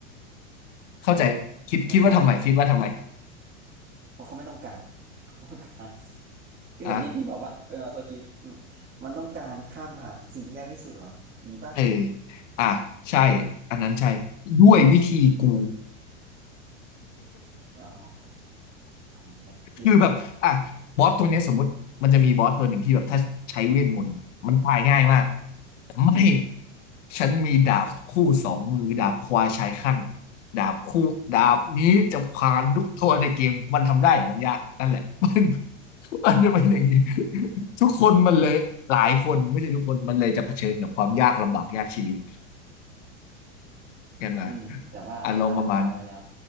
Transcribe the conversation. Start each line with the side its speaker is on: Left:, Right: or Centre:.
Left: เข้าใจคิดคิดว่าทำไมคิดว่าทำไม
Right: เพราะมันง่ายเพราะเขาไม่ต้องการเขาต้องการ <laughs> ก็อย่างที่พี่บอกว่าเป็นออโตคิด
Left: อ่ะ
Right: มันต้องการข้ามผ่านสิ่งที่ยากที่สุดเหรออย่างนี้ป่ะ
Left: เอออ่ะใช่อันนั้นใช่ด้วยวิธีกู
Right: อ๋ออ่าชัดเจน
Left: คือแบบอ่ะบอสตัวเนี้ยสมมติมันจะมีบอสตัวหนึ่งที่แบบถ้าใช้เวทมนต์มันตายง่ายมากแต่ไม่ ฉันมีดาบคู่สองมือดาบควายชายข้างดาบคู่ดาบนี้จะผ่านทุกตัวในเกมมันทำได้แต่มันยากนั่นแหละ <laughs> มันมันจะเป็นอย่างนี้ทุกคนมันเลยหลายคนไม่ใช่ทุกคนมันเลยจะเผชิญกับความยากลำบากยากชีวิต กันมา
Right: อืมแต่ว่าเราตั้งเป้าไว้แล้ว
Left: อารมณ์ประมาณ